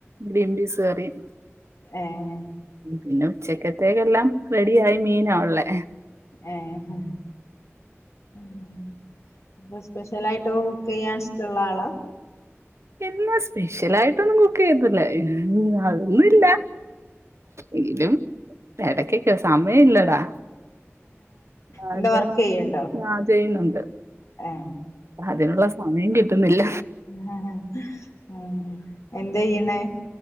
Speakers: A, on the right; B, on the left.
A: ഗ്രീൻ പീസ്കറിയും
B: ഏഹ്
A: പിന്നെ ഉച്ചക്കത്തേക്കല്ലാം റെഡിയ ആയി മീനാള്ളേ
B: ഏഹ് ഇന്ന് സ്പെഷ്യലയിട്ട്ക്കെ കുക്ക് ചെയ്യാൻ ഇഷ്ടള്ള ആളാ?
A: ഇല്ല സ്പെഷ്യൽ ആയിട്ടൊന്നും കുക്ക് ചെയ്ത്തില്ല അതൊന്നുംല്ല എങ്കിലും ഇടക്കൊക്കെ സമയം ഇല്ലടാ ഹലോ
B: എന്താ വർക്കെയ്യ്ണ്ടോ
A: ഞാ ചെയ്യുന്നുണ്ട്
B: ഏഹ്
A: അതിനുള്ള സമയം കിട്ടുന്നില്ല
B: അഹ് അഹ് എന്ത്‌ചെയ്യ്ണ്